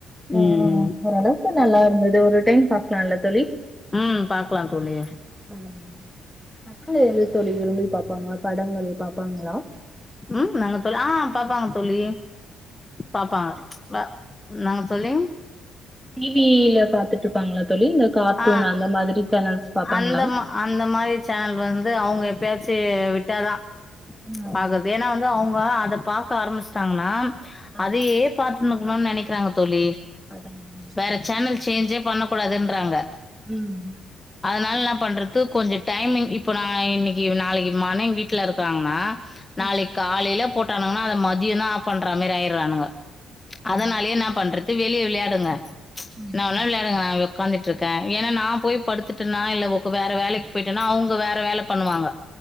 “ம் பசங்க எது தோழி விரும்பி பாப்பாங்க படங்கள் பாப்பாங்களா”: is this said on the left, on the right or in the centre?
Centre